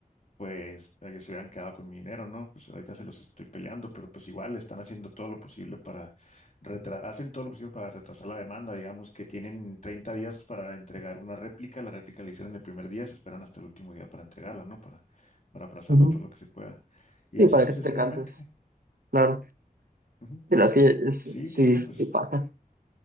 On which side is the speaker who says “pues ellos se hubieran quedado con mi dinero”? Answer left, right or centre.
Left